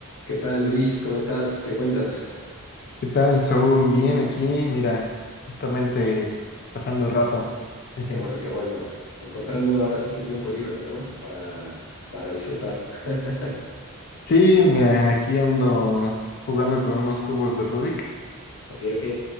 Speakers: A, on the left (about 70°); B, on the left (about 45°).
A: ¿Qué tal, Luis? ¿Cómo estás? ¿Qué cuentas?
B: ¿Qué tal, Saúl? Bien aquí, mira, justamente pasando el rato. <laughs>
A: Qué bueno, qué bueno. Encontrando ahora sí que tiempo libre, ¿no? Para, para disfrutar. <laughs>
B: Sí, mira, aquí ando jugando con unos cubos de Rubik.
A: Ok, ok.